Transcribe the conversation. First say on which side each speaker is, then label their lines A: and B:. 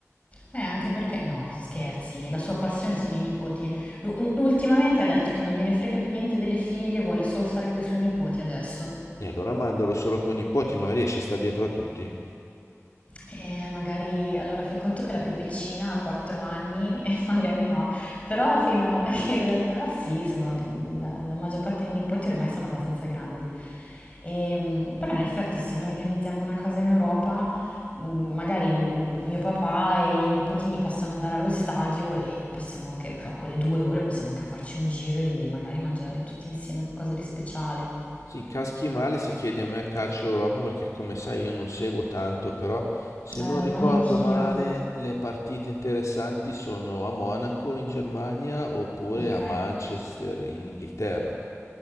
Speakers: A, on the left (about 25°); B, on the left (about 85°).
A: Eh, anche perché, no, scherzi, la sua passione sono i nipoti. Lu- u- ultimamente ha detto che non gliene frega più niente delle figlie, vuole solo stare con i suoi nipoti adesso.
B: E allora mandalo solo con i nipoti, ma riesce a stare dietro a tutti.
A: Eh, magari allora fai conto che la più piccina ha 4 anni <laughs> e magari no, però fino <laughs> in realtà sì, sono- la, la maggior parte dei nipoti ormai sono abbastanza grandi. Ehm, però in effetti se noi organizziamo una cosa in Europa, mh, magari mio papà e i nipotini possono andare allo stadio e noi possiamo anche, insomma, quelle due ore possiamo anche farci un giro e magari mangiare tutti insieme qualcosa di speciale.
B: Sì, caschi male si chiede a me a calcio Europa perché come sai io non seguo tanto, però se
A: Eh,
B: non
A: lo
B: ricordo
A: mani anch'io,
B: male le partite interessanti sono a Monaco in Germania oppure
A: ok?
B: a Manchester in Inghilterra.